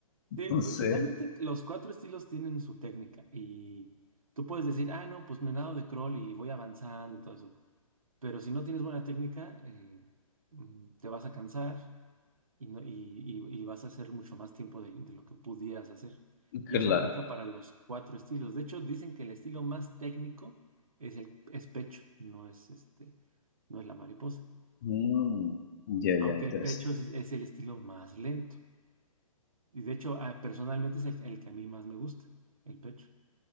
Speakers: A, on the left; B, on the right.
A: Entonces,
B: Sí, pues, Finalmente, los cuatro estilos tienen su técnica y tú puedes decir, ah, no, pues me nado de crawl y voy avanzando y todo eso. Pero si no tienes buena técnica, eh, mm, te vas a cansar y, no- y, y- y vas a hacer mucho más tiempo de, de lo que pudieras hacer. Y
A: claro.
B: eso aplica para los cuatro estilos. De hecho, dicen que el estilo más técnico es el es pecho, no es este, no es la mariposa.
A: Mm, ya,
B: Aunque
A: ya, interesante.
B: el pecho es, es el estilo más lento. Y de hecho, ah, personalmente es el el que a mí más me gusta, el pecho.